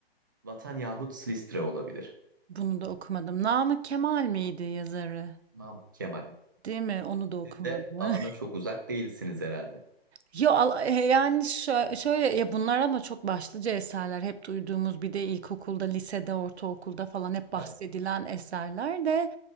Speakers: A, on the right (about 20°); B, on the right (about 80°).
A: Vatan yahut Silistre olabilir.
B: Bunu da okumadım. Namık Kemal miydi yazarı?
A: Namık Kemal.
B: Değil mi? Onu da okumadı.
A: Siz de
B: <laughs>
A: alana çok uzak değilsiniz herhalde.
B: Ya al- e, yani şö- şöyle ya bunlar ama çok başlıca eserler. Hep duyduğumuz bir de ilkokulda, lisede, ortaokulda falan hep bahsedilen
A: Tabii.
B: eserler de